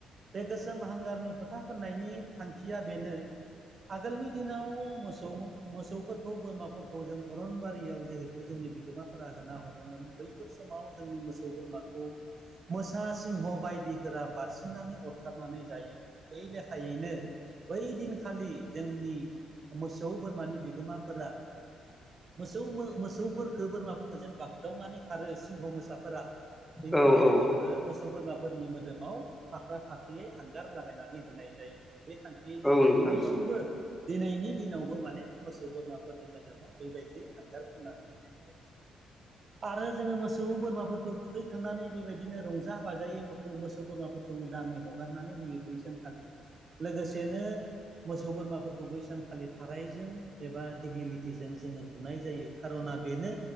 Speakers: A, on the right; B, in the centre.
A: बे गोसोम हांगारनि फोथा फोननायनि थांखिया बेनो आगोलनि दिनाव मोसौ मोसौफोरखौ बोरमाफोरखौ जों अरनबारियाव जिहेथु जोंनि बिगोमाफोरा होना हरोमोन बैफोर समाव जोंनि मोसौ बोरमाखौ मोसा सिंह बायदिफोरा बारसि नानै अरथारनानै जायोमोन बै लेखायैनो बै दिनखालि जोंनि मोसौ बोरमानि बिगोमाफोरा मोसौ मोसौखो बोरमाफोरखौ जेन बाग्दावनानै खारो सिंह मोसाफोरा बेनि
B: औ
A: थाखाय
B: औ
A: जोङो बे मोसौ बोरमाफोरनि मोदोमाव फाख्रा फाख्रियै हांगार लागायनानै होनाय जायोमोन बे थांखियै
B: औ
A: जोङो
B: नोंथां
A: दिनैसिमबो
B: औ
A: दिनैनि दिनावबो माने मोसौ बोरमाफोरनि मोदोमाव बेबायदि हांगार फोनानै होनाय जायो आरो जोङो मोसौ बोरमाफोरखौ थुखैखांनानै बेबायदिनो रंजा बाजायै मोखौ मोसौ बोरमाफोरखौ उदाङै हगारनानै होयो बै सानखालि लोगोसेनो मोसौ बोरमाफोरखौ बै सानखालि थारायजों एबा दिग्लिलिटिजों जोङो बुनाय जायो खार'ना बेनो